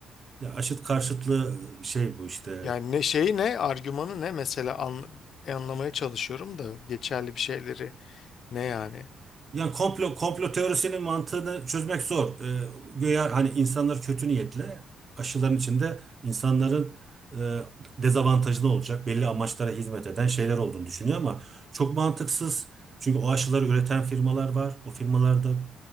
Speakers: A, on the right; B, on the left.
A: Ya aşıt karşıtlığı şey bu işte
B: Yani ne şeyi ne argümanı ne mesela an- anlamaya çalışıyorum da geçerli bir şeyleri ne yani?
A: Yani komplo komplo teorisinin mantığını çözmek zor. Ee, güya hani insanlar kötü niyetle aşıların içinde insanların e, dezavantajlı olacak belli amaçlara hizmet eden şeyler olduğunu düşünüyor ama çok mantıksız. Çünkü o aşıları üreten firmalar var. O firmalarda